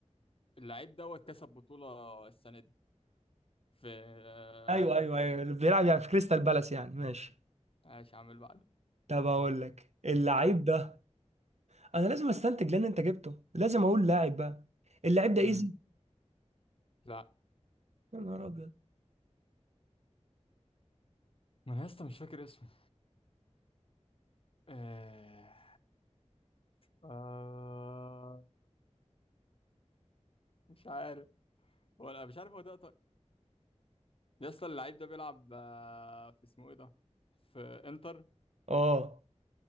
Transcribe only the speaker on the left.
اللعيب دوت كسب بطولة السنة دي في آه،
في
ماشي عامل بعد
مم.
لا
ما انا لسه مش فاكر اسمه آه... آه... مش عارف هو لا مش عارف هو ده يا اسطى اللعيب ده بيلعب آه، في اسمه ايه ده في انتر